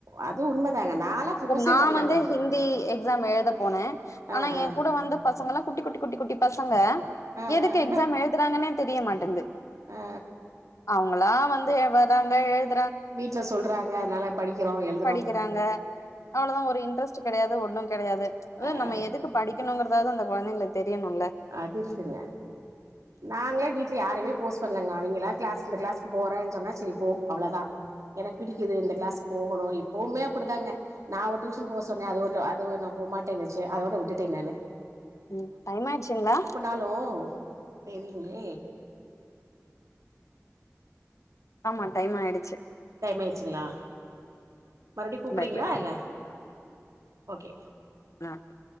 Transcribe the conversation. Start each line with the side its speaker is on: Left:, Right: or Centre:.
Right: அது உண்மதாங்க நாலா ஃபோர்ஸே
Left: இப்ப நா
Right: பண்ணலங்க
Left: வந்து ஹிந்தி எக்ஸாம் எழுத போன ஆனா
Right: ஆ ஆ
Left: எ கூட வந்து பசங்க எல்லா குட்டி குட்டி குட்டி குட்டி பசங்க
Right: ஆ
Left: எதுக்கு
Right: ஆ
Left: எக்ஸாம் எழுதுறாங்கன்னே தெரியமாட்டன்து
Right: ஆ
Left: அவேங்களா வந்து எ வறங்க எழுத்
Right: வீட்ல சொல்றாங்க அதனால படிக்கிறோ எல்
Left: படிக்கிறாங்க அவ்ளோதா ஒரு இன்ட்ரெஸ்ட் கெடையாது ஒண்ணு கெடையாது அத
Right: ஆ
Left: நம்ம எதுக்கு படிக் க்கணுங்கறதாவது அந்த கொழந்தைங்களுக்கு தெரியணுல்ல
Right: அதிருக்குங்க நாங்களே வீட்ல யாரையுமே போர்ஸ் பண்ணலங்க அவிங்களா கிளாஸ் இந்த கிளாஸ்க்கு போறேன்னு சொன்னா சரிப் போ அவ்ளதா எனக்கு பிடிக்குது இந்த கிளாஸ்கு போகணு இப்பவுமே அப்டிதாங்க நா ஒரு டியூஷன் போ சொன்னே அது ஒரு அது ஒரு நா போமாட்டேன்னுச்சு அதோட விட்டுட்டே நானு
Left: ம் டைம் ஆயிட்ச்சுங்ளா
Right: னாலோ தெரிலே
Left: ஆமா டைம் ஆயிடுச்சி
Right: டைம் ஆயிடுச்சுங்களா மறுபடியு கூப்பறீங்களா
Left: பாய் பாய்
Right: இல்ல ஓகே
Left: லாஓகே